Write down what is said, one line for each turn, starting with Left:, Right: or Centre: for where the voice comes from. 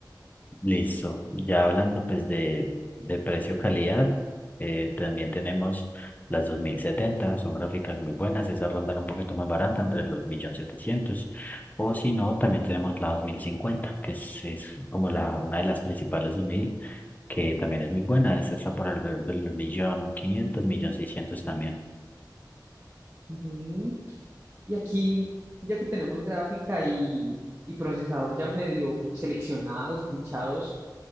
Left: Listo. Ya hablando pues de, de precio-calidad, eh, también tenemos las dos mil setenta son gráficas muy buenas, esas rondan un poquito más barata, entre los 1.700.000. O si no, también tenemos la dos mil cincuenta que es, es como la, una de las principales de mil que también es muy buena, esa está por alrededor de los 1.500.000, 1.600.000 también.
Right: Ujú. Y aquí, ya que tenemos gráfica y, y procesador ya medio seleccionados y fichados,